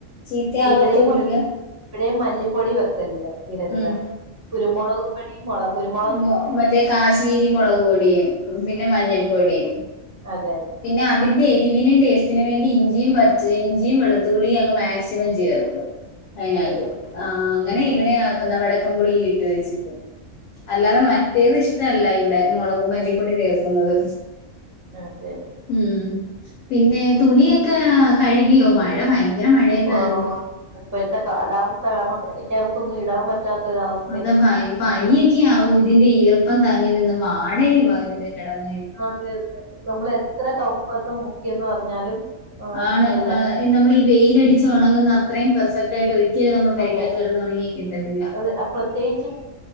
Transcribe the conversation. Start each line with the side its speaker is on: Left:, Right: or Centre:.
Left: ചിത്തയാവത്തും
Right: ഇവിടെയും മ-
Left: ഇല്ല
Right: ഇവിടെയും മല്ലിപ്പൊടി വെക്കല്ലേ ഇടരുത്
Left: ഉം
Right: കുരുമുളക്പൊടി മുളക് കുരുമു
Left: മോ മറ്റേ കാശ്മീരി മുളക്പൊടിയും പിന്നെ മഞ്ഞൾപ്പൊടിയും.
Right: അതെ അതെ.
Left: പിന്നെ അതിന്റെ എരിവിനും ടേസ്റ്റിനും വേണ്ടി ഇഞ്ചിയും പച്ച ഇഞ്ചിയും വെളുത്തുള്ളിയും അങ്ങ് മാക്സിമം ചേർക്കും. അതിനാകു
Right: അതെ അതെ അതെ
Left: ആഹ് അങ്ങനെ
Right: ഉം
Left: ഇവിടെ ആക്കുന്നെ വടക്കംപുളി ഇട്ട് വെച്ചിട്ട്. അല്ലാതെ മറ്റേത് ഇഷ്ടല്ല ഇവിടെ മുളക് മല്ലിപ്പൊടി വെവുന്നത്.
Right: അതെന്നെ
Left: മ്മ് പിന്നെ തുണിയൊക്കെ കഴുകിയോ മഴ ഭയങ്കര. മഴയല്ലായിരുന്നു
Right: ഹോ ഇപ്പോഴത്തെ കാലാവസ്ഥ കാരണം പേരക്കകത്തൊന്നും ഇടാൻ പറ്റാത്തൊരവസ്ഥ.
Left: അതാ പനി പനിയൊക്കെ ആകും ഇതിന്റെ ഈർപ്പം തങ്ങി നിന്ന് വാട പോ ഇതിന്റെ കടന്ന
Right: അതെ തെ നമ്മൾ എത്ര കംഫർട്ട് മുക്കിയന്ന് പറഞ്ഞാലും. ആഹ്
Left: ആണ്
Right: സ്മെല്ല
Left: ഹ്‌ ഈ വെയിൽ അടിച്ച് ഉണങ്ങുന്ന അത്രയും പെർഫെക്റ്റ് ആയിട്ട് ഒരി ക്കലും നമ്മള് പെരക്കകത്ത്
Right: അതെ
Left: കെടന്നു ഒണങ്ങി കിട്ടത്തില്ല.
Right: <unintelligible> പ്രത്യേകിച്ചും